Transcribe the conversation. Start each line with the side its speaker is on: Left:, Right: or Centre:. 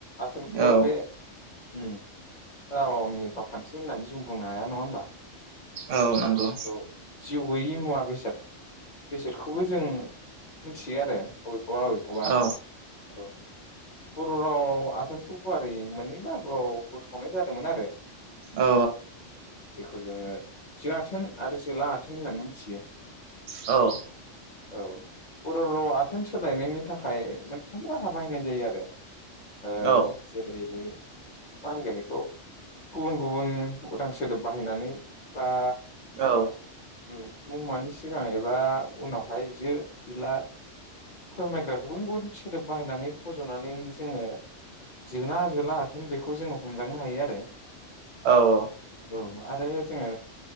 Left: आथोलखौल'
Right: औ
Left: बे उम रावनि रावखान्थि होननानै जों बुंनो हाया नङा होमबा?
Right: औ नंगौ।
Left: औ जिउ गैयि मुवा बेसाद बेसादखौबो जों मिथियो आरो अबेखौबा अबेखौबा
Right: औ
Left: औ बर' राव आथोनखौ गुवार मोननै बाहागोआव बोखावनाय जादोंमोन आरो
Right: औ
Left: उम जेखौ जोङो आथोन आरो जोला आथोन होननानै मिथियो
Right: औ।
Left: औ। बर' राव आथोन सोलायनायनि थाखाय मोनथाम राहा बाहायनाय जायो आरो ओ
Right: औ
Left: जेरै मा होनगोन एखौ गुबुन गुबुन उदां सोदोब बाहायनानै बा
Right: औ।
Left: उम मुंमानि सिगां एबा उनावहाय जो जला फोरमायग्रा गुबुन गुबुन सोदोब बाहायनानै फज'नानै जोङो जोनना जोला आथेन बेखौ जोङो हमदांनो हायो आरो
Right: औ औ।
Left: औ आरो जोङो